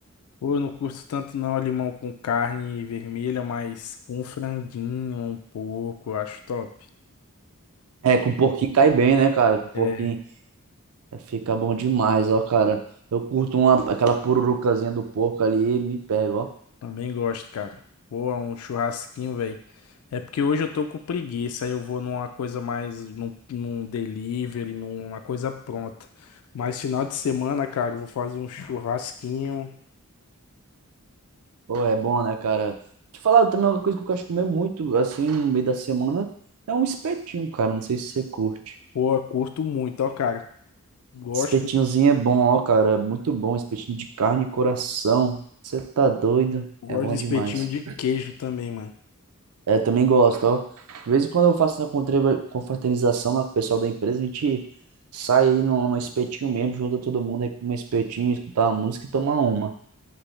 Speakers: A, on the left; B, on the right.
A: Pô, eu não curto tanto não, limão com carne vermelha, mas com um franguinho, um porco, eu acho top.
B: É, com porquinho cai bem, né, cara? Com porquinho
A: É,
B: fica bom demais, ó, cara. Eu curto uma, aquela pururucazinha do porco ali e me pego, ó.
A: Também gosto, cara. Pô, é um churrasquinho, velho. É porque hoje eu tô com preguiça, aí eu vou numa coisa mais, num, num delivery, numa coisa pronta. Mas final de semana, cara, eu vou fazer um churrasquinho.
B: Pô, é bom, né, cara? Te falar também uma coisa que eu gosto de comer muito, assim, no meio da semana, é um espetinho, cara. Não sei se você curte.
A: Pô, eu curto muito, ó, cara. Gosto,
B: Espetinhozinho é bom, ó, cara. É muito bom. Espetinho de carne e coração. Você tá doido?
A: gosto
B: É bom
A: do espetinho
B: demais.
A: de queijo também, mano.
B: É, também gosto, ó. De vez em quando eu faço na contreva- confraternização lá com o pessoal da empresa, a gente sai aí num, num espetinho mesmo, junta todo mundo aí com um espetinho, escutar uma música e tomar uma.